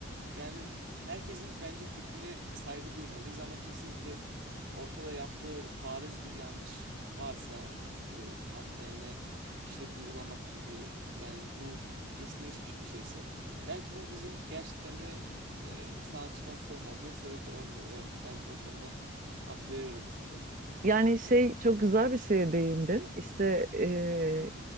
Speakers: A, on the right (about 65°); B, on the right (about 40°).
A: yani herkesin bence fikrine saygı duymalıyız ama kesinlikle ortada yaptığı bariz bir yanlış varsa e, partnerine şiddet uygulamak gibi yani bu kesinleşmiş bir şeyse belki bu bizim gerçekten de e, sanatçıdan soğumamıza sebep olabilir. Evet ben o konuda hak veriyorum size.
B: Yani şey çok güzel bir şeye değindin. İşte eee,